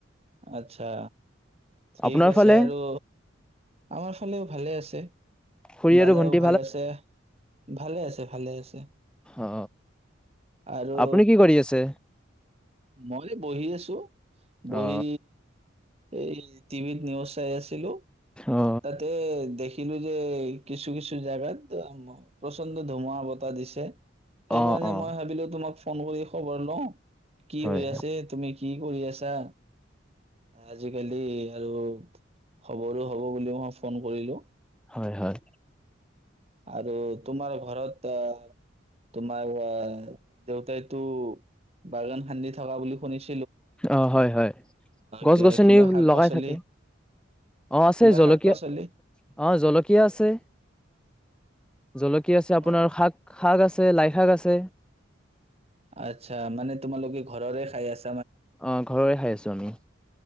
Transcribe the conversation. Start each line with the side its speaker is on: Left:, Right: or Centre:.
Right: আচ্ছা। ঠিক
Centre: আপোনাৰ
Right: আছে
Centre: ফালে
Right: আৰু আমাৰ ফালেও ভালে আছে।
Centre: খুৰী
Right: দাদাও
Centre: আৰু ভন্টি
Right: ভাল আছে, ভালে আছে, ভালে আছে
Centre: অ
Right: আৰু
Centre: আপুনি কি কৰি আছে
Right: মই বহি আছোঁ ব উই।
Centre: অ
Right: এই টিভিৰ নিউজ চাই আছিলোঁ
Centre: অ
Right: তাতে দেখিলোঁ যে, কিছু কিছু ঠাইত প্ৰচণ্ড ধুমুহা বতাহ দিছে। সেইকাৰণে
Centre: অ অ
Right: মই ভাবিলোঁ তোমাক ফোন কৰি খবৰ লওঁ। কি
Centre: হয়
Right: হৈ আছে তুমি কি কৰি আছা? আজিকালি আৰু খবৰো হব বুলি মই ফোন কৰিলো।
Centre: হয়, হয়।
Right: আৰু তোমাৰ ঘৰত আহ তোমাৰ অ দেউতাইতো বাগান খান্দি থকা বুলি শুনিছ
Centre: অ হয়, হয় গছ
Right: কি-
Centre: গছনিও
Right: কিবা শাক
Centre: লগাই
Right: পাচলি
Centre: থাকে, অঁ আছে,
Right: কিবা
Centre: জলকীয়া
Right: শাক পাচলি
Centre: অঁ জলকীয়া আছে। জলকীয়া আছে আপোনাৰ
Right: অ
Centre: শাক শাক আছে লাই শাক আছে।
Right: অচ্ছা মানে তোমালোকে ঘৰৰে খাই আছ
Centre: অঁ ঘৰৰে খাই আছো আমি।